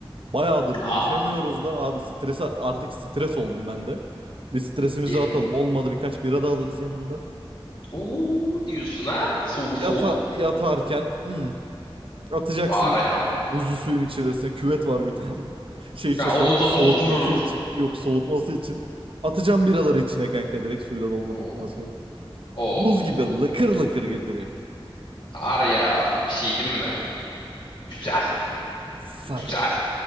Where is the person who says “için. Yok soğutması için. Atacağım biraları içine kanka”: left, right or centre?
Right